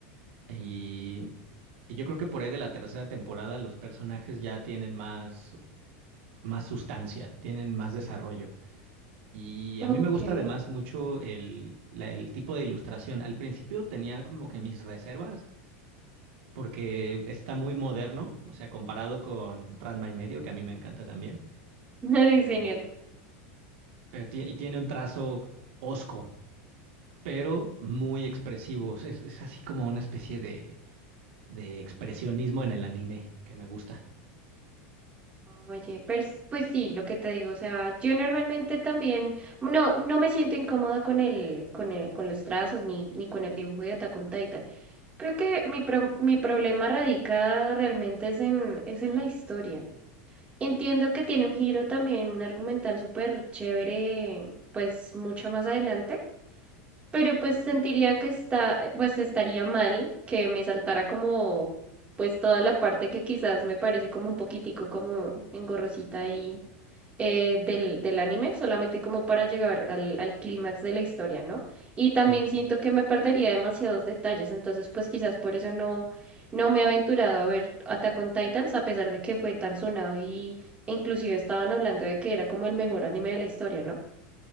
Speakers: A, on the right; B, on the right.
A: Y, y yo creo que por ahí de la tercera temporada los personajes ya tienen más, más sustancia, tienen más desarrollo. Y
B: Ok.
A: a mí me gusta
B: <laughs>
A: además mucho el, la- el tipo de ilustración. Al principio tenía como que mis reservas porque está muy moderno, o sea, comparado con Ranma y medio, que a mí me encanta también,
B: Ay,
A: eh,
B: genial.
A: pero tie- y tiene un trazo hosco, pero muy expresivo, o sea, es, es así como una especie de, de expresionismo en el anime que me gusta.
B: Oye, pers- pues sí, lo que te digo, o sea, yo normalmente también, no, no me siento incómoda con el, con el, con los trazos ni, ni con el dibujo de Attack on Titan. Creo que mi, pro- mi problema radica realmente es en, es en la historia. Entiendo que tiene un giro también argumental súper chévere, pues mucho más adelante. Pero pues sentiría que está, eh, pues estaría mal que me saltara como, pues toda la parte que quizás me parece como un poquitico como engorrosita ahí eh, del, del anime, solamente como para llegar al, al clímax de la historia, ¿no? Y también
A: Sí.
B: siento que me perdería demasiados detalles, entonces pues quizás por eso no, no me he aventurado a ver Attack on Titans, a pesar de que fue tan sonado y e inclusive estaban hablando de que era como el mejor anime de la historia, ¿no?